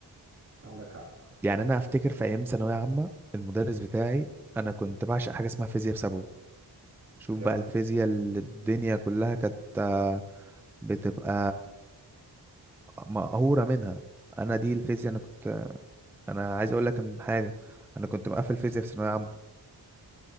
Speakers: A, on the right; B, in the centre.
A: عندك حق
B: يعني انا افتكر في ايام ثانويه عامه المدرس بتاعي انا كنت بعشق حاجه اسمها فيزياء بسببه شوف
A: جامد
B: بقى الفيزياء اللي الدنيا كلها كانت آه، بتبقى مقهوره منها انا دي الفيزياء انا كنت انا عايز اقول لك ان حاجه انا كنت مقفل فيزياء في ثانويه عامه